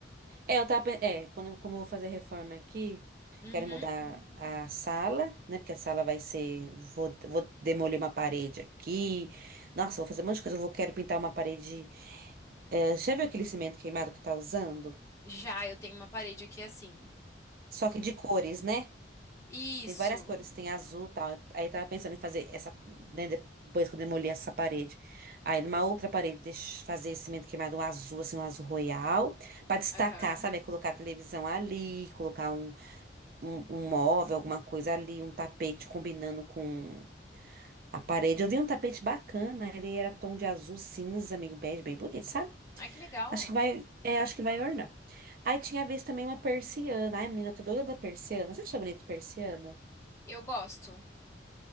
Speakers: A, on the right; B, on the left.
A: É, eu tava, pen- é, quando, eu- como eu vou fazer a reforma aqui,
B: Uhum.
A: quero mudar a sala, né? Porque a sala vai ser, vou, vou demolir uma parede aqui. Nossa, vou fazer um monte de coisa. Eu vou, quero pintar uma parede. é, já viu aquele cimento queimado que tá usando?
B: Já eu tenho uma parede aqui assim.
A: Só que de cores, né?
B: Isso.
A: Tem várias cores, tem azul, e tal. Aí eu tava pensando em fazer essa, né, depois que eu demolir essa parede. Aí numa outra parede, deix- fazer esse cimento queimado um azul, assim, um azul royal, Pra destacar,
B: Aham.
A: sabe? Aí Colocar a televisão ali, colocar um um, um móvel, alguma coisa ali, um tapete combinando com a parede. Eu vi um tapete bacana, ele era tom de azul cinza, meio bege, bem bonito, sabe?
B: Ai, que legal.
A: Acho que vai, é, acho que vai ornar. Aí tinha vez também uma persiana. Ai, menina, eu tô doida da persiana. Você acha bonito persiana?
B: Eu gosto.